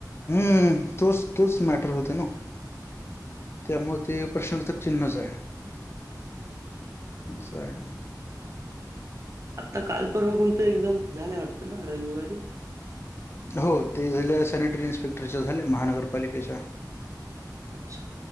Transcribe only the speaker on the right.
हम्म
<inaudible>
आत्ता कालपर्वा कोणत एक्झाम झाले वाटतं ना रविवारी
अच्छा